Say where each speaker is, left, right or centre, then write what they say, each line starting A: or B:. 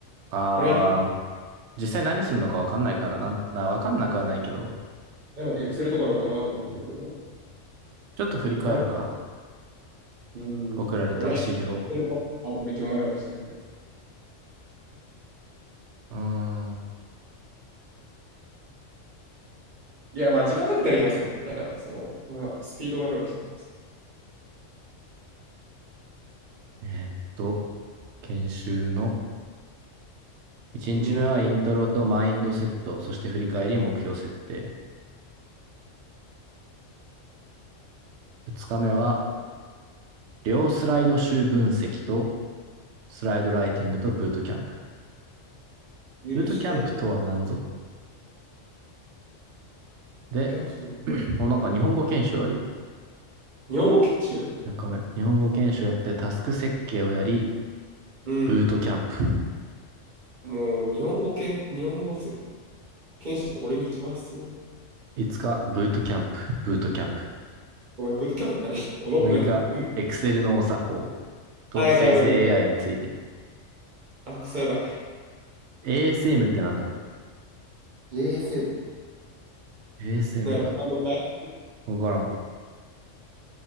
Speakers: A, on the right; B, on the right.
A: ああ、
B: 俺はね、
A: 実際何すんのかわかんないから、なん、な、わかんなくはないけど、
B: いやなんかエクセルとかなんかなと思ってるけど、
A: ちょっと振り返るか。
B: わからん。うん。
A: 送られた資料を。
B: で俺はエクセルとかあとめっちゃうまいわけじゃないから。
A: うーん。
B: いや、まあ時間かけたらいきますよ。ただ、その、まあスピードがあるわけじゃないか
A: えーっと、研修の1日目はイントロとマインドセット、
B: ら。面倒
A: そして振り返り目標設定。2日目は両スライド集分析とスライドライティングとブートキャンプ。
B: 許して。
A: ブートキャンプとは何ぞ
B: フォトキャンプってな、
A: で、<clears throat> お、なんか日本語研修あるよ。
B: 日本語研修
A: 3日目。日本語研修やってタスク設計をやり、
B: うん。
A: ブートキャンプ
B: もう日本語研、日本語せ研修って俺に一番必要。
A: 5日、ブートキャンプ、ブートキャンプ。
B: ごめん、ブートキャンプって何おぼ何、
A: 6日、
B: うん
A: Excel のお作法と生成
B: あ、やばいやばいやばいやばい。
A: AI について。
B: あ、クソやばい。
A: ASM ってなんだろ
B: ASM。
A: う ?ASM
B: なるほど。
A: がある。
B: <laughs> かい
A: わからん。